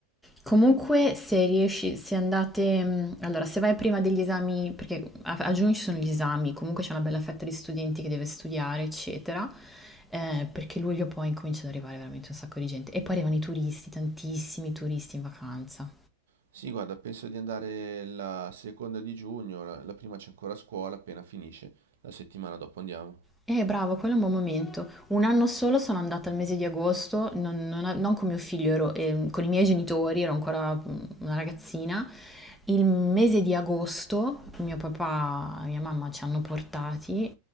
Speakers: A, in the centre; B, on the right.
A: Comunque, se riesci, se andate, mh, allora, se vai prima degli esami, perché a, a giugno ci sono gli esami, comunque c'è una bella fetta di studenti che deve studiare, eccetera, eh, perché luglio poi comincia ad arrivare veramente un sacco di gente. E poi arrivano i turisti, tantissimi turisti in vacanza.
B: Sì, guarda, penso di andare la seconda di giugno, la, la prima c'è ancora a scuola, appena finisce, la settimana dopo andiamo.
A: Eh, bravo, quello è un buon momento. Un anno solo sono andata al mese di agosto, non, non- non con mio figlio, ero, ehm, con i miei genitori, ero ancora mm, una ragazzina. Il mese di agosto mio papà e mia mamma ci hanno portati.